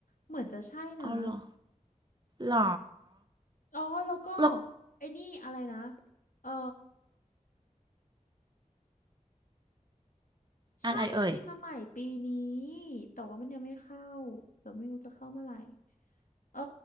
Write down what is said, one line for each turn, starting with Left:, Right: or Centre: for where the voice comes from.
Left: เหมือนจะใช่นะ
Right: อ๋อเหรอหรอ
Left: อ๋อ แล้วก็
Right: แลูก
Left: ไอ้นี่อะไรนะ เออใช่
Right: อะไรเอ่ย
Left: มันมีมาใหม่ปีนี้ แต่ว่ามันยังไม่เข้าเดี๋ยวไม่รู้จะเข้าเมื่อไหร่เออ